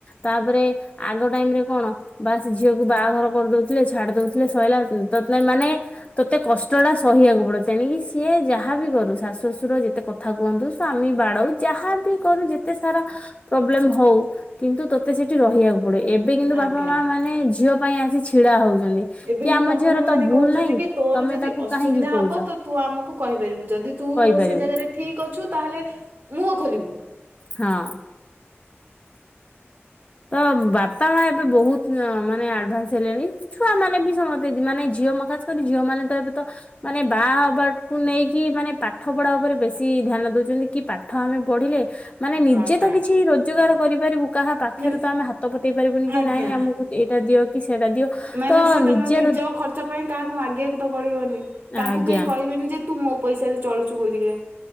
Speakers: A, on the left (about 30°); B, on the right (about 60°).
A: ତାପରେ ଆଗ ଟାଇମ୍ ରେ କଣ ବାସ୍ ସେ ଝିଅକୁ ବାହାଘର କରିଦଉଥିଲେ ଛାଡି ଦଉଥିଲେ ସଇଲା ତତ୍ ଏମାନେ ତୋତେ କଷ୍ଟ ଟା ସହିବାକୁ ପଡିବ ତେଣିକିି ସିଏ ଯାହା ଯାହା ବି କରୁ ଶାଶୁ ଶଶୁର ଯେତେ କଥା କୁହନ୍ତୁ ସ୍ୱାମୀ ବାଡଉ ଯାହା ବୀ କରୁ ଯେ ଯେତେ ସାରା ପ୍ରୋବ୍ଲେମ ହଉ କିନ୍ତୁ ତତେ ସେଠି ରହିବାକୁ ପଡିବ। ଏବେ କିନ୍ତୁ ବାପା
B: ଆଜ୍ଞା।
A: ମା ମାନେ ଝିଅ ପାଇଁ ଆସି ଛିଡା ହଉଛନ୍ତି
B: ଏବେ
A: କି
B: କିନ୍ତୁ
A: ଆମ
B: ବାପା
A: ଝିଅର
B: ମା
A: ତ
B: ମାନେ
A: ଭୁଲ
B: କହୁଛନ୍ତି
A: ନାହିଁ।
B: କି ତୋର
A: ତମେ
B: ଯଦି
A: ତାକୁ
B: ଅସୁବିଧା
A: କାହିଁକି କହୁଛ
B: ହବ ତ ତୁ ଆମକୁ କହିପାରିବୁ ଯଦି ତୁ
A: କହିପାରିବ
B: ସେ ଜାଗାରେ ଠିକ ଅଛୁ ତାହେଲେ ମୁହଁ ଖୋଲିବୁ।
A: ହଁ। ତ ବାପା ମା ଏବେ ବହୁତ ମାନେ ଆଡଭାନ୍ସ ହେଲେଣି। ଛୁଆ ମାନେ ବି ସମସ୍ତେ ମାନେ ଝିଅ ମ ଖାସ୍ କରି ଝିଅ ମାନେ ତ ଏବେ ତ ମାନେ ବାହା ହବାକୁୁ ନେଇକି ମାନେ ପାଠ ପଢା ଉପରେ ବେଶୀ ଧ୍ୟାନ ଦଉଛନ୍ତି କି। ପାଠ ଆମେ ପଢିଲେ ମାନେ ନିଜେ
B: ଆଜ୍ଞା
A: ତ କିଛି ରୋଜଗାର କରିପାରିବୁ କାହା ପା ଖରେ
B: ମାନେ
A: ତ ଆମେ ହାତ ପତେଇ ପାରିବୁନି କି
B: ଆଜ୍ଞା
A: ନାଇଁ ଆମକୁ ଏଇଟା ଦିଅ କି ସେଇଟା ଦିଅ।
B: ମାନେ
A: ତ
B: ସେ ତାଙ୍କ
A: ନିଜର
B: ନିଜ ଖର୍ଚ୍ଚ ପାଇଁ କାହାକୁ ମାଗିବାକୁ ତ ପଡିବନି ତାଙ୍କୁ
A: ଆଜ୍ଞା
B: କେହି କହିବେନି ଯେ। ତୁ ମୋ ପଇସାରେ ଚଳୁଛୁ ବୋଲିକା।